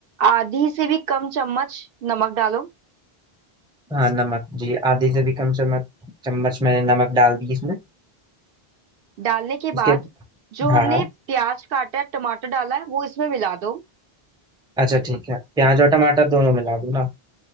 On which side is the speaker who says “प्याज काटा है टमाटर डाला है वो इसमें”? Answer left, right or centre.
Right